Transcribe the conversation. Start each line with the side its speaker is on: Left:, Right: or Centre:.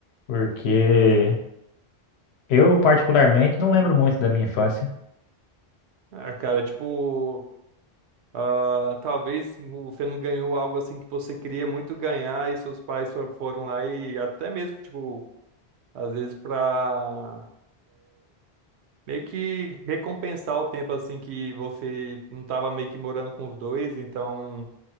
Left: Porque eu, particularmente, não lembro muito da minha infância.
Right: Ah, cara, tipo, ah, talvez você não ganhou algo, assim, que você queria muito ganhar e seus pais fo- foram lá e até mesmo, tipo, às vezes para meio que recompensar o tempo assim que você não estava meio que morando com os dois, então